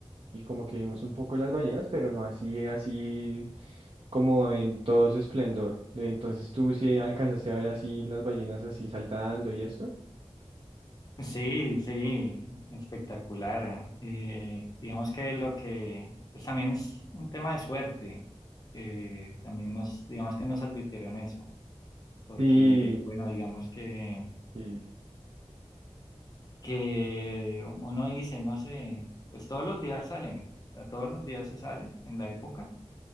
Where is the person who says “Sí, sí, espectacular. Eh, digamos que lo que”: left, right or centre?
Left